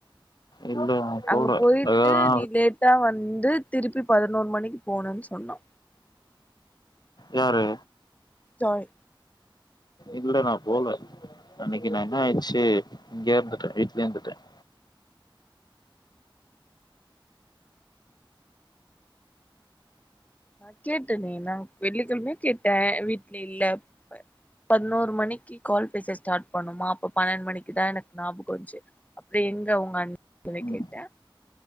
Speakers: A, on the left; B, on the left.
A: இல்ல
B: அங்க
A: போல
B: போயிட்டு
A: ஏன்னா
B: நீ லேட்டா வந்து திருப்பி பதினொரு மணிக்கு போகணேன்னு சொன்னா
A: யாரு
B: ஜாய்
A: இல்ல நான் போல அன்னைக்கு நான் என்ன ஆயிடுச்சு இங்க இருந்துட்டேன் வீட்லயே இருந்துட்டேன்
B: நான் கேட்டேனே நான் வெள்ளிக்கிழமே கேட்டேன் வீட்ல இல்ல பதினோரு மணிக்கு கால் பேச ஸ்டார்ட் பண்ணுமா அப்ப பன்னெண்டு மணிக்கு தான் எனக்கு ஞாபகம் வந்துஞ்சு அப்டி எங்க உங்க அண்ண சொல்லி
A: ம்
B: கேட்டன்